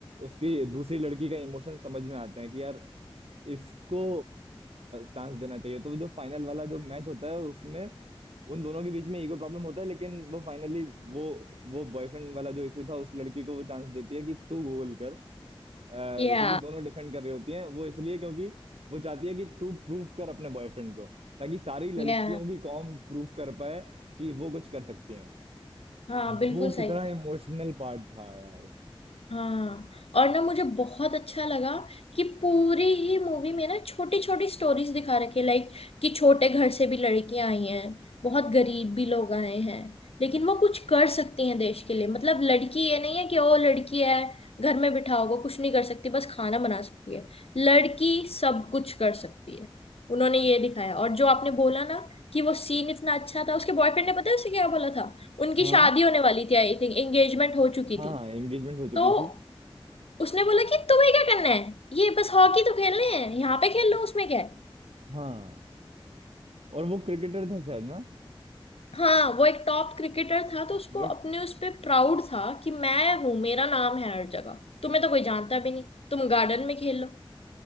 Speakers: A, on the right; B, on the left.
A: उसकी दूसरी लड़की का इमोशन समझ में आते हैं कि यार इसको चांस देना चाहिए तो वो जो फाइनल वाला जो मैच होता है उसमें उन दोनों के बीच में ईगो प्रॉब्लम होता है लेकिन वो फाइनली वो वो बॉयफ्रेंड वाला जो इशू था उस लड़की को वो चांस देती है कि तू गोल कर अ,
B: या
A: क्योंकि दोनों डिफेंड कर रही होती हैं वो इसलिए क्योंकि वो चाहती है कि तू प्रूफ कर अपने बॉयफ्रेंड को ताकि सारी लड़कियों
B: या
A: की कॉम प्रूफ कर पाए कि वो कुछ कर सकती हैं
B: हाँ बिल्कुल
A: वो
B: सही
A: कितना इमोशनल पार्ट था यार
B: हाँ और ना मुझे बहुत अच्छा लगा कि पूरी ही मूवी में ना छोटी छोटी स्टोरीज दिखा रखी है लाइक कि छोटे घर से भी लड़कियां आई हैं बहुत गरीब भी लोग आए हैं लेकिन वो कुछ कर सकती हैं देश के लिए मतलब लड़की ये नहीं है कि ओ लड़की है घर में बिठा होगा कुछ नहीं कर सकती बस खाना बना सकती है लड़की सब कुछ कर सकती है उन्होंने ये दिखाया और जो आपने बोला ना कि वो सीन इतना अच्छा था उसके बॉयफ्रेंड ने पता है उसे क्या बोला था उनकी
A: हाँ
B: शादी होने वाली थी आई थिंक एंगेजमेंट हो चुकी
A: हाँ
B: थी
A: हाँ एंगेजमेंट हो चुकी
B: तो
A: थी
B: उसने बोला कि तुम्हें क्या करना है ये बस हॉकी तो खेलने हैं यहाँ पे खेल लो उसमें क्या है
A: हाँ और वो क्रिकेटर था शायद ना
B: हाँ वो एक टॉप क्रिकेटर था तो उसको
A: वो एक-
B: अपने उस पे प्राउड था कि मैं हूँ मेरा नाम है हर जगह तुम्हें तो कोई जानता भी नहीं तुम गार्डन में खेल लो